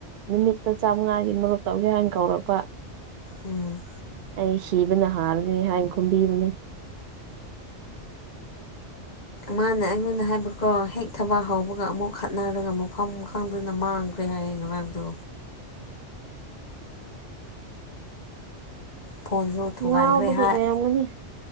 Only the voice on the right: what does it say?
ꯅꯨꯃꯤꯠꯇꫭ ꯆꯥꯝꯉꯥꯒꯤ ꯃꯔꯨꯞ ꯇꯧꯖꯩ ꯍꯥꯏꯅ ꯀꯧꯔꯛꯄ
ꯑꯩ ꯁꯤꯕꯅ ꯍꯥꯜꯂꯅꯤ ꯍꯥꯏꯅ ꯈꯨꯝꯕꯤꯕꯅꯦ
ꯉꯥꯎꯕꯒꯤ
ꯑꯣꯏꯔꯝꯒꯅꯤ